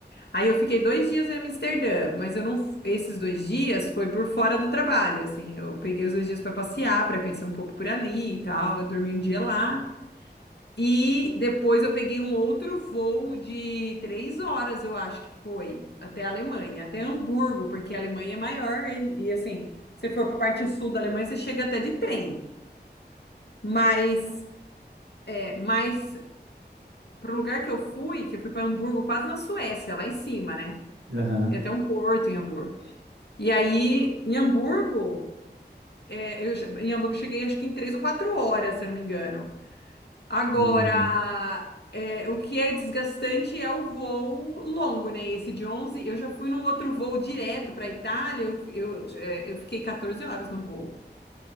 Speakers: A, on the left; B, on the right.
A: Aí eu fiquei dois dias em Amsterdã, mas eu não, esses dois dias foi por fora do trabalho, assim, eu peguei os dois dias para passear, para conhecer um pouco por ali e tal, eu dormi um dia lá. E depois eu peguei um outro voo de três horas, eu acho que foi, até a Alemanha, até Hamburgo, porque a Alemanha é maior e, e, assim, se for para a parte sul da Alemanha, você chega até de trem. Mas, é, mas para o lugar que eu fui, que eu fui para Hamburgo, quase na Suécia, lá em cima, né?
B: aham,
A: Tem até um porto em Hamburgo. E aí, em Hamburgo, é, eu, che- em Hamburgo eu cheguei acho que em três ou quatro horas, se eu não me engano. Agora,
B: meu Deus,
A: é, o que é desgastante é o voo longo, né? Esse de 11. eu já fui num outro voo direto para a Itália, eu, fi- eu, é, eu fiquei 14 horas no voo.